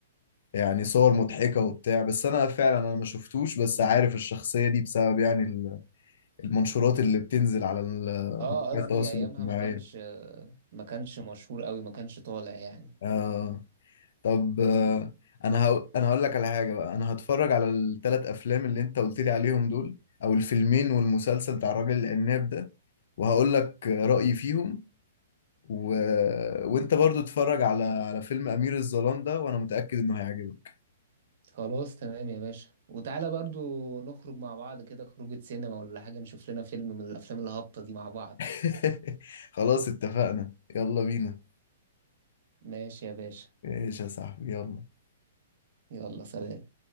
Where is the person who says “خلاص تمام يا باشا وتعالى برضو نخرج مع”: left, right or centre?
Right